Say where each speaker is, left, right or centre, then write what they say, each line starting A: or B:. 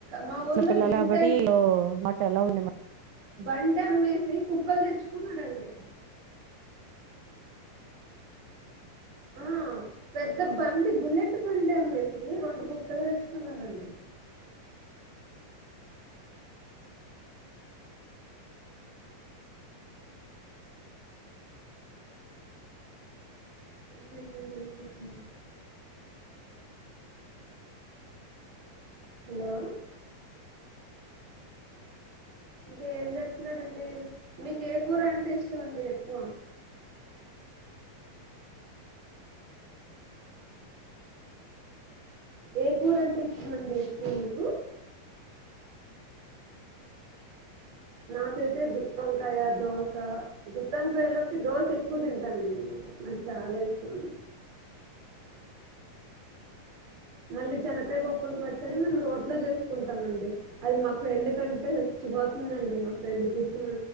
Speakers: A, on the right; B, on the right.
A: మా
B: పిల్లలు
A: వింత
B: కాబట్టి లో మాట్ ఎలా ఉండే మ
A: వంట అమ్మేసి కుక్కలు తెచ్చుకున్నారండి ఆ పెద్ద బండి బుల్లెట్ బండి అమ్మేసి రెండు కుక్కలు తెచ్చుకున్నారండి. ఇంకెంతంది విశేషం హలో అంటే ఏం చేస్తున్నంటే మీకు ఏ కూర అంటే ఇష్టం అండి ఎక్కువ ఏ కూర అంటే ఇష్టమండిూ మీకు నాకైతే గుత్తంకాయ దోశ గుత్తంకాయలోకి దోశ ఎక్కువ తింటానండి నేను నాకు చాలా ఇష్టం అండి మళ్ళీ చెనకాయ పప్పులు పచ్చడి మేము రోడ్లో చేసుకుంటాం అండి, అది మా ఫ్రెండ్ కంటే చచ్చిపోతుందండి మా ఫ్రెండ్ క ఇష్టమ